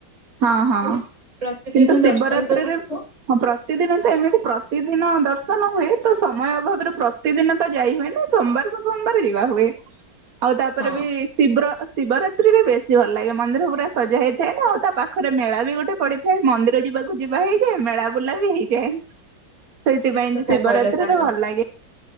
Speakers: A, on the right; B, on the right.
A: ହଁ ହଁ
B: ମୁଁ କହିଲି ପ୍ରତିଦିନ
A: କିନ୍ତୁ ଶିବରାତ୍ରିରେ
B: ଦର୍ଶନ ତ କରୁଥିବ
A: ହଁ ପ୍ରତିଦିନ ତ ଏମିତି ପ୍ରତିଦିନ ଦର୍ଶନ ହୁଏ ତ ସମୟ ଅଭାବରୁ ପ୍ର ପ୍ରତିଦିନ ତ ଯାଇ ହୁଏ ନା ସୋମବାରକୁ ସୋମବାର ଯିବା ହୁଏ ଆଉ ତାପରେ
B: ହଁ
A: ବି ଶିବ୍ର ଶିବରାତ୍ରିରେ ବେଶୀ ଭଲ ଲାଗେ ମନ୍ଦିର ପୁରା ସଜା ହେଇଥାଏନା ଆଉ ତା ପାଖରେ ମେଳା ବି ଗୋଟେ ପଡି ସେ ମନ୍ଦିର ଯିବାକୁ ଯିବା ହେଇଯାଏ ମେଳା ବୁଲା ବି ହେଇଯାଏ। ସେଇଥିପାଇଁ
B: ଠିକ୍ କଥା
A: ଯେ ଶିବରାତ୍ରିରେ
B: କହିଲ ସାଙ୍ଗ।
A: ଭଲ ଲାଗେ।